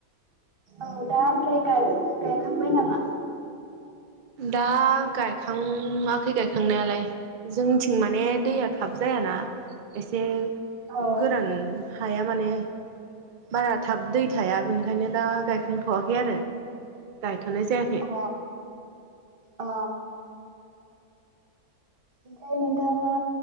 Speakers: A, on the right; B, on the right.
A: औ दा ओमफ्राय गायबा- गायखांबाय नामा?
B: दा गायखांआखै गायखांनायालाय जोंथिं माने दैया थाब जायाना एसे
A: औ
B: गोरान हाया माने बारा थाब दै थाया बेनिखायनो दा गायखांथ'वाखै आरो गायथ'नाय जायाख
A: अ अ अ ओमफ्राय नोंथाङा